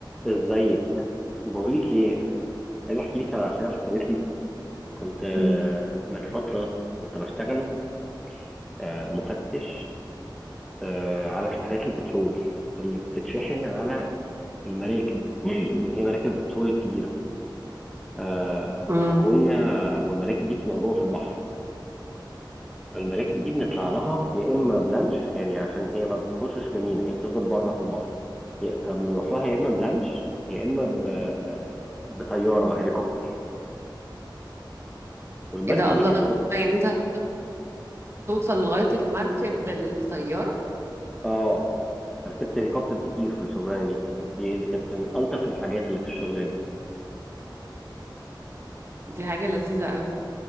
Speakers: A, in the centre; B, on the right.
A: ازيك بقولك ايه عايز احكي لك على حاجه حصلت لي كنت آه،
B: إمم.
A: من فتره كنت بشتغل آه، مفتش آه، على شحنات البترول اللي بتتشحن على المراكب <clears throat> اللي هي مراكب البترول الكبيره آه،
B: إمم.
A: فكنا والمراكب دي بتبقى جوه في البحر فالمراكب دي بنطلع لها يا اما بلانش يعني عشان هي ما بتخشش في مينا هي بتفضل بره في البحر يا- فبنروح لها يا اما بلانش يا اما ب- آه، بطياره هليكوبتر والمركب
B: إيه ده! الله!
A: دي كانت
B: يعني أنت بتوصل لغاية المركب بالطيارة؟
A: اه ركبت هليكوبتر كتير في الشغلانه دي كانت دي دي كانت من الطف الحاجات اللي في الشغلانه
B: دي حاجة لذيذة أوي.